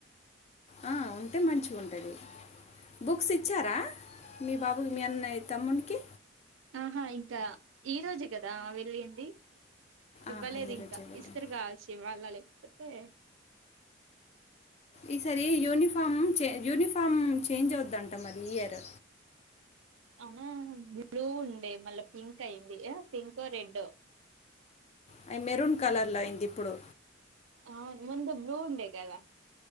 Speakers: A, on the left (about 35°); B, on the right (about 80°).
A: ఆహ్ ఉంటే మంచిగా ఉంటది బుక్స్ ఇచ్చారా మీ బాబుకి మీ అన్నయ్యా తమ్మునీకి
B: ఆహా ఇంకా ఈ రోజు కదా వెళ్ళింది ఇవ్వలేదు
A: ఆహా ఈరోజే
B: ఇంకా
A: వెళ్ళండి
B: ఇస్తరు కావచ్చు ఇవాళ్ళా చెప్పే
A: ఈసారి యూనిఫామ్ యూనిఫామ్ చేంజ్ అవుద్దంట మది ఇయర్
B: ఆవును బ్లూ ఉండే మళ్ళా పింక్ అయింది పింకో రెడో
A: అవి మెరూన్ కలర్ల అయింది ఇప్పుడు
B: అవును ముందు బ్లూ ఉండే కదా